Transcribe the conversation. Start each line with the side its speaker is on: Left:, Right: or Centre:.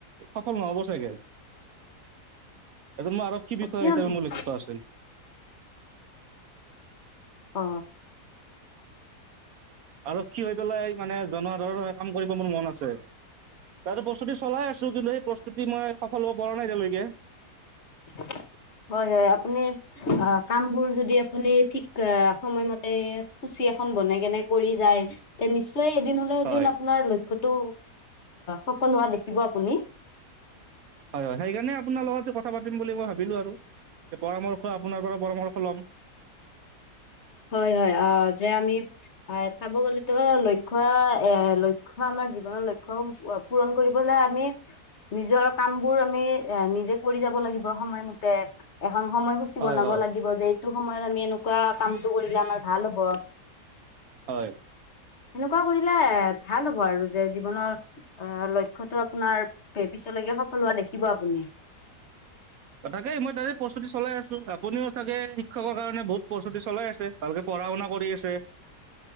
Right: সফল হ'ব চাগে।
Left: <inaudible>
Right: এজন মোৰ আৰক্ষী
Left: অ
Right: বিষয়া
Left: কিয়
Right: হিচাপে
Left: নহব
Right: মোৰ লক্ষ্য আছিল।
Left: অ
Right: আৰক্ষী হৈ পেলাই মানে জনসাধাৰণৰ কাম কৰিব মোৰ মন আছে। তাতে প্ৰস্তুতি চলাই আছো। কিন্তু সেই প্ৰস্তুতি মই সফল হব পৰা নাই এতিয়ালৈকে।
Left: <inaudible> হয় হয় আপুনি অ কাম বোৰ যদি আপুনি ঠিক সময়মতে ৰুটিন এখন বনাই কেনে কৰি যায় তেনে এদিন হলো এদিন
Right: হয়,
Left: আপোনাৰ লক্ষ্যটো সফল হোৱা দেখিব আপুনি।
Right: হয় হয় সেইকাৰণে আপোনাৰ লগত যে কথা পাতিম বুলি মই ভাবিলো আৰু পৰামৰ্শ আপোনাৰ পৰা পৰামৰ্শ লম।
Left: হয় হয় যে আমি হয় চাব গলে তো লক্ষ্য এ লক্ষ্য আমাৰ জীৱনৰ লক্ষ্যসমূহ পূৰণ কৰিব লাগে। আমি নিজৰ কাম বোৰ আমি নিজে কৰি যাব লাগিব। সময়মতে এখন সময়সূচী
Right: হয়
Left: বনাব
Right: হয়
Left: লাগিব যে এইটো সময়ত আমি এনেকুৱা কামটো কৰিলে আমাৰ ভাল হব।
Right: হয়।
Left: সেনেকুৱা কৰিলে এ ভাল হব আৰু যে জীৱনৰ লক্ষ্যটো আপোনাৰ পিছত লৈকে সফল হোৱা দেখিব আপুনি।
Right: তাকেই মই তাতে প্ৰস্তুতি চলাই আছো। আপুনিও চাগে শিক্ষকৰ কাৰণে বহুত প্ৰস্তুতি চলাই আছে। ভালকে পঢ়া শুনা কৰি আছে।